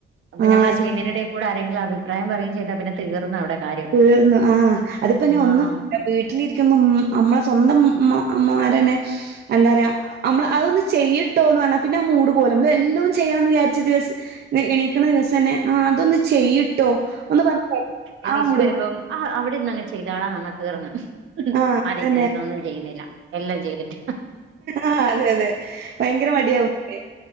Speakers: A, on the right; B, on the right.
A: അപ്പം
B: ആഹ്
A: ഞമ്മള്
B: അതെ
A: ഇത് ചെയ്യ്ന്നേന്റെ എടെക്കൂടെ ആരെങ്കിലും അഭിപ്രായം പറയും ചെയ്താ പിന്നെ തീർന്ന് അവ്ടെ കാര്യം
B: തീർന്ന് ആഹ് അത്പ്പനി ഒന്നും
A: ആഹ്
B: <unintelligible> വീട്ടിലിരിക്കുമ്പം അമ്മളെ സ്വന്തം ഇമ്മ അമ്മമാരന്നെ എന്താറിയാ അമ്മള് അതൊന്ന് ചെയ്ട്ടോന്ന് പറഞ്ഞാ പിന്നെ ആ മൂട് പോവല്ലെ ഇമ്മള് എല്ലോം ചെയ്യണന്ന് വിചാരിച്ച ദിവസ് ഇന്ന് എണീക്ക്ണെ ദിവസന്നെ ആ അതൊന്ന് ചെയ്യ്ട്ടോ ഒന്ന് പറഞ്ഞ്
A: എണീച്ച്
B: ആ മൂഡ്
A: വെരുമ്പം
B: പോവും.
A: ആ അവിടെന്നങ്ങ് ചെയ്താളാ അങ്ങ തീർന്ന്
B: ആഹ്
A: മതി
B: അതന്നെ.
A: അനി ഞാൻ ഇന്നൊന്നും ചെയ്യുന്നില്ല എല്ലാം ചെയ്തിട്ട്
B: ആഹ് അതെ അതെ ഭയങ്കര മടിയാവും പിന്നെ